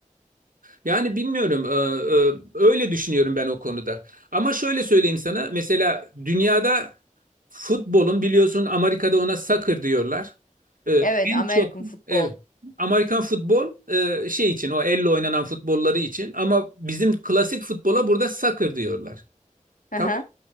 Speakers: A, on the right; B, on the left.
A: Yani bilmiyorum, e, e, öyle düşünüyorum ben o konuda. Ama şöyle söyleyeyim sana, mesela dünyada futbolun biliyorsun Amerika'da ona soccer diyorlar. E,
B: Evet,
A: en
B: American
A: çok,
B: futbol.
A: evet, Amerikan futbol e, şey için, o elle oynanan futbolları için. Ama bizim klasik futbola burada soccer diyorlar.
B: Hı
A: Tamam.
B: hı.